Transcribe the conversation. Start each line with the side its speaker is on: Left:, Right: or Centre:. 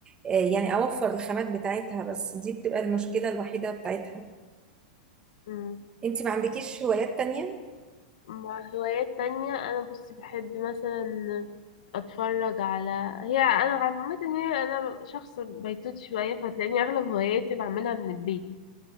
Right: آه، يعني أوفر الخامات بتاعتها بس دي بتبقى المشكلة الوحيدة بتاعتها
Left: مم.
Right: أنت ما عندكيش هوايات تانية
Left: مع هوايات تانية انا بص بحب مثلا اتفرج على هي انا عامة يعني انا شخص بيتوت شوية فهتلاقيني اغلب هواياتي بعملها من البيت